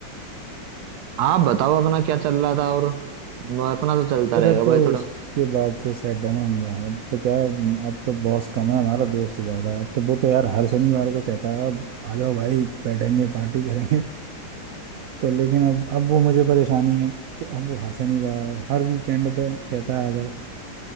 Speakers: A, on the right; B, on the right.
A: आप बताओ अपना क्या चल रहा था और म- अपना तो चलता
B: मेरा
A: रहेगा
B: तो
A: भाई थोड़ा
B: उसके बाद से सेट है मामला अब तो क्या अब तो बॉस कम है हमारा दोस्त ज्यादा है अब तो वो तो यार हर शनिवार को कहता है अब आ जाओ भाई बैठेंगे पार्टी करेंगे तो लेकिन अब अब वो मुझे परेशानी है कि अब वो हर शनिवार हर वीकेंड पे कहता है आ जाओ